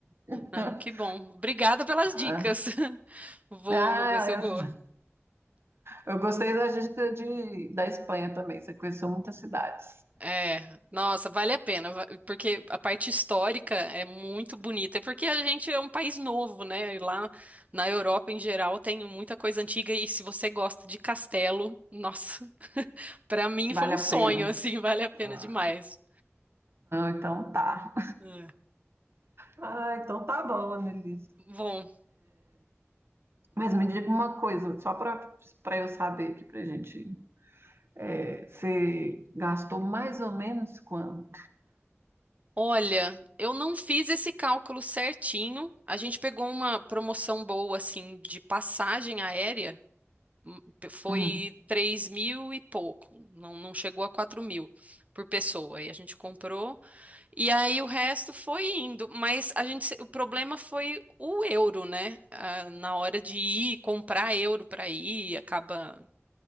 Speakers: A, on the right; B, on the right.
A: <laughs>
B: Ah, que bom. Obrigada pelas
A: Ah,
B: dicas. <laughs> Vou
A: ah,
B: ver se eu vou.
A: eu, eu gostei da gente de, da Espanha também, você conheceu muitas cidades.
B: É, nossa, vale a pena, va- porque a parte histórica é muito bonita, porque a gente é um país novo, né? E lá na Europa, em geral, tem muita coisa antiga, e se você gosta de castelo, nossa, <laughs> pra mim
A: Vale
B: foi um
A: a
B: sonho,
A: pena.
B: assim, <laughs> vale a pena
A: Ah,
B: demais.
A: então tá.
B: É.
A: Ah, então tá bom, Annelise.
B: Bom,
A: Mas me diga uma coisa, só para para eu saber aqui pra gente. É, Você gastou mais ou menos quanto?
B: olha, eu não fiz esse cálculo certinho. A gente pegou uma promoção boa, assim, de passagem aérea. Foi
A: Hum.
B: três mil e pouco, não, não chegou a quatro mil por pessoa. E a gente comprou, e aí o resto foi indo. Mas a gente, se- o problema foi o euro, né? Ah, na hora de ir, comprar euro para ir, acaba.